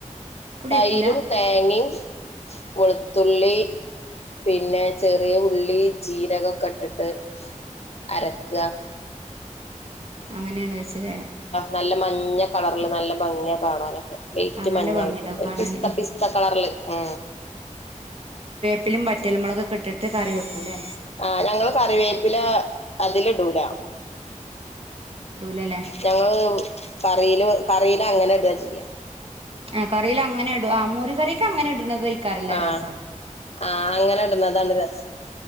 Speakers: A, on the right; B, on the left.
A: പുളി
B: തൈരും
A: വെക്കൂല
B: തേങ്ങയും വെളുത്തുള്ളി പിന്നെ ചെറിയ ഉള്ളി ജീരകൊക്കെ ഇട്ടിട്ട് അരക്കുക
A: അങ്ങനെയാണ് വെച്ചതേ
B: നല്ല മഞ്ഞ കളറില് നല്ല ഭംഗിയ കാണാനൊക്കെ വെറ്റ്
A: ആ നല്ല
B: മഞ്ഞായിട്ട്
A: ഭംഗിയുണ്ടാവും
B: ഒരു
A: കാണാന്
B: പിസ്ത പിസ്ത കളറില് ഉ
A: എപ്പിലുംറ്റൽ മുളൊക്കെ ഇട്ട് കറി വെക്കൂല്ലേ
B: ആഹ ഞങ്ങള് കറിവേപ്പില അതില ഇടൂല
A: ഇടൂലല്ലേ
B: ഞങ്ങള് കറിയില് കറിയില അങ്ങനെ എടുതാ ചെയ്യാ
A: ആ കറിയിോ അങ്ങെ ഇട ആ മോര് കറിക്ക അങ്ങനെ ഇടുന്നത് ഇക്കാരല്ലേ
B: ആഹ
A: രസം
B: ആഹ അങ്ങനെ ഇടുന്നതാണ് രസം